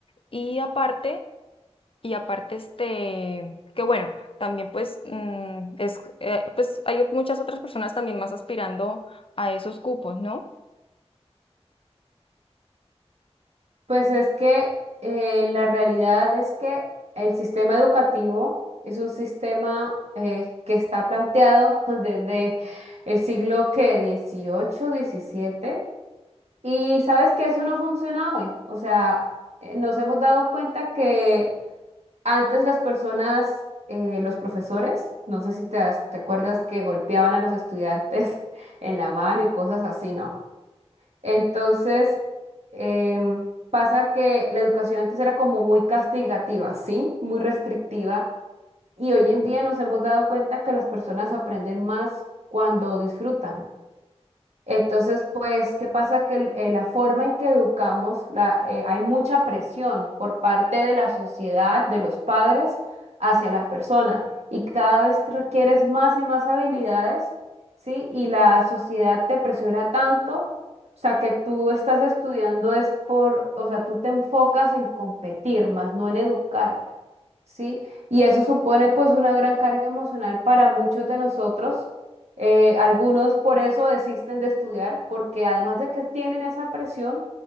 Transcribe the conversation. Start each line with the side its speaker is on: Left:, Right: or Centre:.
Left: Y aparte, y aparte este, que bueno, también pues mm, es, eh, pues hay ot- muchas otras personas también más aspirando a esos cupos, ¿no?
Right: Pues es que eh, la realidad es que el sistema educativo es un sistema eh, que está planteado <laughs> desde el siglo que 18, 17. Y sabes que eso no funciona hoy. O sea, eh, nos hemos dado cuenta que antes las personas, eh, los profesores, no sé si te, das- te acuerdas que golpeaban a los estudiantes <laughs> en la mano y cosas así, ¿no? Entonces, em, pasa que la educación antes era como muy castigativa, ¿sí? Muy restrictiva. Y hoy en día nos hemos dado cuenta que las personas aprenden más cuando disfrutan. Entonces, pues, ¿qué pasa? Que el- eh, la forma en que educamos, la, eh, hay mucha presión por parte de la sociedad, de los padres, hacia la persona. Y cada vez te requieres más y más habilidades, ¿sí? Y la sociedad te presiona tanto, o sea, que tú estás estudiando es por, o sea, tú te enfocas en competir, más no en educarte, ¿sí? Y eso supone pues una gran carga emocional para muchos de nosotros eh, algunos por eso desisten de estudiar, porque además de que tienen esa presión,